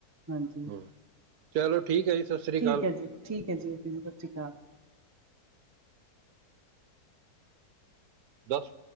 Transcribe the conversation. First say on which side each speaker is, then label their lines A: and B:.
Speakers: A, on the right; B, on the right.
A: ਹਾਂਜੀ
B: ਹੂੰ, ਚਲੋ ਠੀਕ ਏ ਜੀ ਸ ਸ੍ਰੀ
A: ਠੀਕ
B: ਕਾਲ।
A: ਹੈ ਜੀ ਠੀਕ ਹੈ ਜੀ ਓਕੇ ਜੀ ਸਤਿ ਸ਼੍ਰੀ ਅਕਾਲ
B: ਦਸ